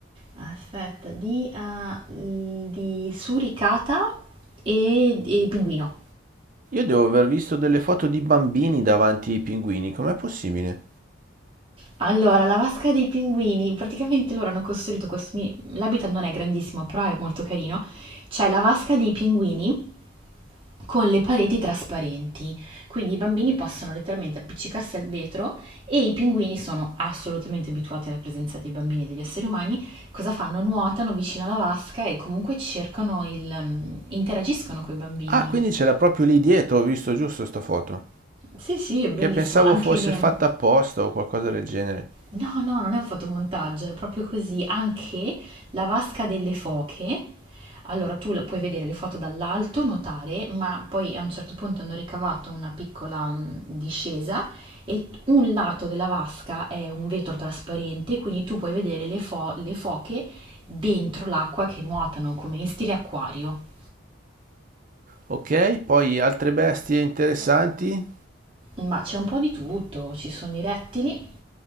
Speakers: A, on the right (about 25°); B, on the right (about 40°).
A: Aspetta, di, ah, mhmm, di suricata e e pinguino.
B: Io devo aver visto delle foto di bambini davanti ai pinguini, com'è possibile?
A: Allora, la vasca dei pinguini, praticamente loro hanno costruito questo mi l'habitat non è grandissimo, però è molto carino. C'è la vasca dei pinguini con le pareti trasparenti, quindi i bambini possono letteralmente appiccicarsi al vetro e i pinguini sono assolutamente abituati alla presenza dei bambini e degli esseri umani. Cosa fanno? Nuotano vicino alla vasca e comunque cercano il, mm, interagiscono con i bambini.
B: Ah, quindi ce l'ha proprio lì dietro, ho visto giusto sta foto.
A: Sì, sì, è bellissimo.
B: Che pensavo
A: Anche
B: fosse
A: le,
B: fatta apposta o qualcosa del genere.
A: No, no, non è un fotomontaggio, è proprio così. Anche la vasca delle foche. Allora, tu la- puoi vedere le foto dall'alto, notare, ma poi a un certo punto hanno ricavato una piccola mh, discesa e t- un lato della vasca è un vetro trasparente, quindi tu puoi vedere le, fo- le foche dentro l'acqua che nuotano, come in stile acquario.
B: Ok, poi altre bestie interessanti?
A: Ma c'è un po' di tutto, ci sono i rettili,